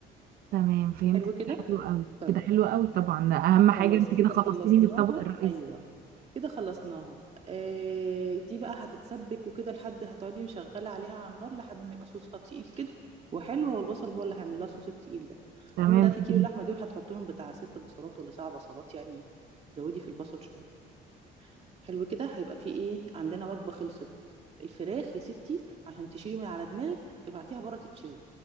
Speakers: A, on the right; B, on the right.
A: تمام فهمتك
B: حلو كده
A: حلو قوي
B: طيب
A: كده حلو قوي طبعا ده اهم حاجة
B: خلاص
A: انت كده
B: كده
A: خلصتيني
B: خلصناها
A: من الطبق الرئيسي
B: ايوه كده خلصناها آه دي بقى هتتسبك وكده لحد هتقعدي مشغله عليها على النار لحد ما يبقى صوصها تقيل كده وحلو هو البصل هو اللي هيعمل لها الصوص التقيل ده
A: تمام
B: المهم 3
A: فهمت
B: كيلو لحمه دول هتحط لهم بتاع ست بصلات ولا سبع بصلات يعني زودي في البصل شويه حلو كده هيبقى في ايه عندنا وجبه خلصت الفراخ يا ستي عشان تشيلي من على دماغك ابعتيها بره تتشوي